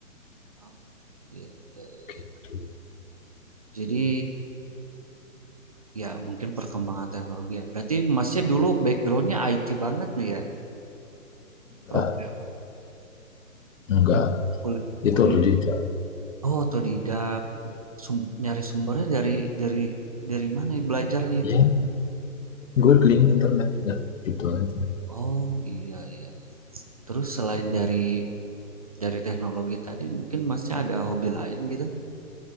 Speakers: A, on the right (about 25°); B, on the left (about 60°).
A: Oh, iya, iya,
B: gitu
A: iya. Jadi ya mungkin perkembangan teknologi ya. Berarti Masnya dulu backgroundnya IT banget nih ya. Program
B: enggak enggak
A: kul-
B: itu
A: kuliah.
B: udah tidak
A: Oh, otodidak. Sum- nyari sumbernya dari dari dari mana ya belajarnya
B: ya
A: itu?
B: gue bling internet dah gitu aja
A: Oh, iya iya. iya. Terus selain dari dari teknologi tadi, mungkin Masnya ada hobi lain gitu?